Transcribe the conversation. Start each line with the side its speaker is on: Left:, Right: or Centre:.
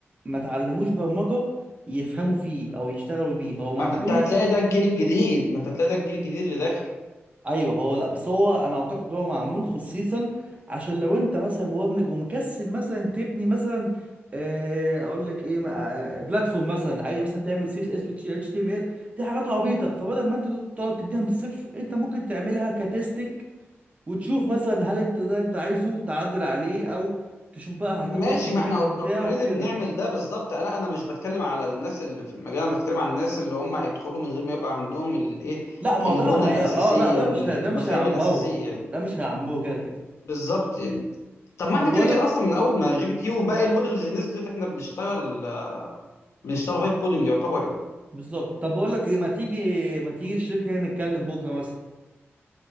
Right: ما اتعلموش برمجه يفهموا فيه او يشتغلوا بيه هو معمول
Left: ما انت هتلاقي ده الجيل الجديد ما انت هتلاقي ده الجيل الجديد اللي داخل
Right: ايوه هو لا بس هو انا اعتقد هو معمول خصيصا عشان لو انت مثلا مبرمج ومكسل مثلا تبني مثلا آه، اقول لك ايه آه، بلاتفورم مثلا عايز مثلا تعمل سي اس اس وتي اتش تي ام ال دي حاجات عبيطه فبدل ما انت تقعد تبنيها من الصفر انت ممكن تعملها كتستنج وتشوف مثلا هل انت ده انت عايزه تعدل عليه او تشوف بقى
Left: ماشي
Right: هتاخد الاوتوميشن
Left: ما احنا
Right: بتاعه
Left: اوريدي
Right: كده
Left: بنعمل ده بالظبط لا انا مش بتكلم على الناس اللي في المجال انا بتكلم على الناس اللي هم هيدخلوا من غير ما يبقى عندهم الايه
Right: لا ما
Left: البنى
Right: هو ده هي
Left: الاساسيه
Right: اه لا ده
Left: المفاهيم
Right: مش هي... ده مش هيعمره
Left: الاساسيه يعني
Right: ده مش هيعمره كده كده
Left: بالظبط يعني طب ما
Right: طب
Left: احنا
Right: بقول
Left: كده كده
Right: لك
Left: اصلا من اول ما جي بي تي وباقي المودلز اللي نزلت احنا بنشتغل آه، بنشتغل فايب كودنج يعتبر يعني
Right: بالظبط طب بقول لك ايه ما تيجي ما تيجي الشركه نتكلم بكره مثلا